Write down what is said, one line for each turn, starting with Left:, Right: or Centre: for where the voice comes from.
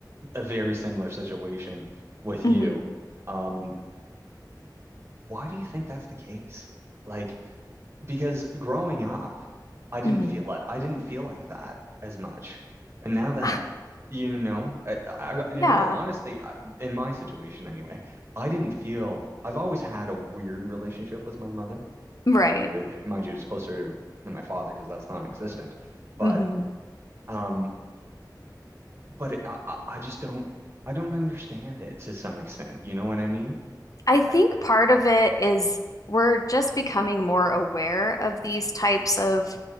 Right: a very similar situation with
Left: hmm
Right: you. Um, why do you think that's the case? Like, because growing up, I didn't
Left: hmm
Right: feel like I didn't feel like that as much. And now that
Left: <sighs>
Right: you know, I, I, in
Left: Yeah,
Right: all honesty, I, in my situation anyway, I didn't feel I've always had a weird relationship with my mother.
Left: right.
Right: Mind you, it, mind you, it's closer than my father because that's non-existent. But
Left: hmm
Right: um, but I, I I just don't I don't understand it to some extent. You know what I mean?
Left: I think
Right: Like I,
Left: part of it is we're just becoming more aware of these types of